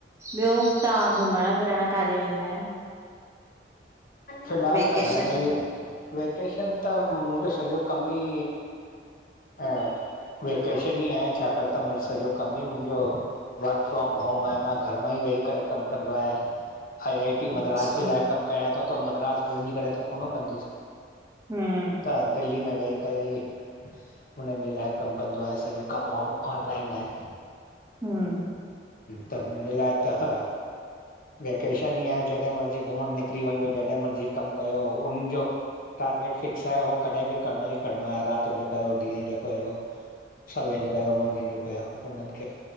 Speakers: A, on the right (about 15°); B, on the left (about 50°).
A: ॿियो तां घुमणु-फिरण काॾे वेंदा आहियो?
B: फिलहाल
A: वेकेशन
B: त घर में ई वेकेशन त मुंहिंजो सॼो कम ई ऐं वेकेशन ई आहे, छाकाणि त मुंहिंज सॼो कमु ई मुंहिंजो वर्क फ्रॉम होम आहे, मां घर मां ई वेही करे कमु कंदो आहियां। आई-आई-टी
A: अच्छा
B: मद्रास जे लाइ कमु कयां तो, त मद्रास वञी करे त कोन कंदुस।
A: हूं।
B: हा दिल्ली में वेही करे ही हुननि जे लाइ कमु कंदो आहियां। सॼो कमु ऑनलाइन आहे।
A: हम!
B: त मुंहिंजे लाइ त ह, वेकेशन ई आहे जॾहिं मर्ज़ी घुमण निकरी वञ। जड़हिं मर्ज़ी कमु कयो हो हुन जो टारगेट फिक्स आहे, उहो कॾहिं बि करिणो ई करिणो आहे, राति जो कयो ॾींहुं जो कयो। सवेल कयो मंझन जो कयो, उननि खे,